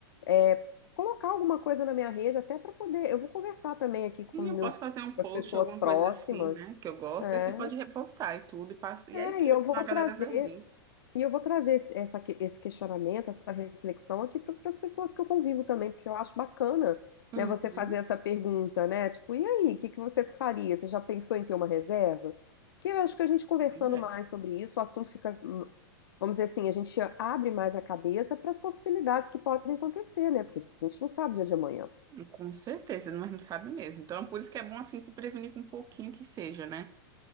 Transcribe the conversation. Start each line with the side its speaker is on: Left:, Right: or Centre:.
Left: É, colocar alguma coisa na minha rede, até para poder. Eu vou conversar também aqui com
Right: Sim,
Left: meus,
Right: eu posso fazer um
Left: com
Right: post,
Left: as pessoas
Right: alguma
Left: próximas.
Right: coisa assim, né? Que eu gosto.
Left: É,
Right: Aí você pode repostar e tudo, e passa. E
Left: é,
Right: aí, querendo,
Left: e eu
Right: ou
Left: vou
Right: não, a galera
Left: trazer.
Right: vai ver.
Left: E eu vou trazer esse, essa que- esse questionamento, essa reflexão aqui para as pessoas que eu convivo também, porque eu acho bacana,
Right: Uhum.
Left: né, você fazer essa pergunta, né? Tipo, e aí, o que que você faria? Você já pensou em ter uma reserva? Porque eu acho que a gente conversando
Right: Pois é.
Left: mais sobre isso, o assunto fica, hum, vamos dizer assim, a gente abre mais a cabeça para as possibilidades que podem acontecer, né? Porque a gente não sabe o dia de amanhã.
Right: Com certeza, mas não sabe mesmo. Então, por isso que é bom, assim, se prevenir com um pouquinho que seja, né?